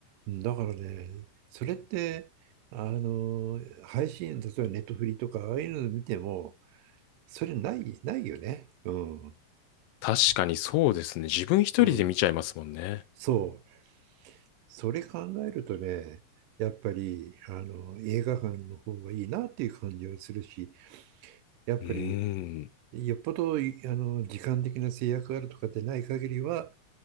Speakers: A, on the right; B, on the left.
A: だからね、それって、あの、配信、例えばネットフリとか、ああいうの見ても、それない、ないよね。うん。
B: 確かにそうですね。自分一人で見ちゃいますもんね。
A: うん。そう。それ考えるとね、やっぱりあの映画館の方がいいなっていう感じはするし、やっぱり
B: うーん。
A: よっぽどいあの時間的な制約があるとかでない限りは、